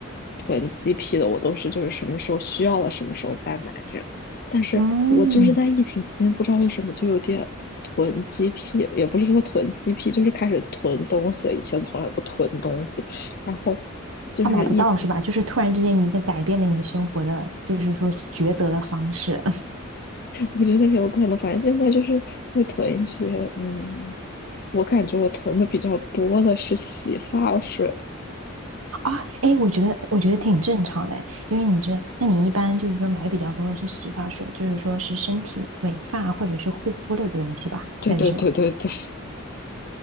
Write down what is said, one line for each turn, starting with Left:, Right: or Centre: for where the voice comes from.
Left: 囤积癖的，我都是就是什么时候需要了什么时候再买这样，但是我就是在疫情期间不知道为什么就有点。
Right: 嗯，
Left: 囤积癖也不是说囤积癖，就是开始囤东西以前从来不囤东西，然后就是疫
Right: 它买不到是吧？就是突然之间一个改变了你生活的，就是说抉择的方式。
Left: 我觉得有可能，反正现在就是会囤一些，嗯，我感觉我囤的比较多的是洗发水。
Right: 啊，哎，我觉得我觉得挺正常的诶，因为你知道，那你一般就是说买的比较多的是洗发水，就是说是身体美发或者是护肤类的东西吧，
Left: 对对对对对
Right: 还是什么？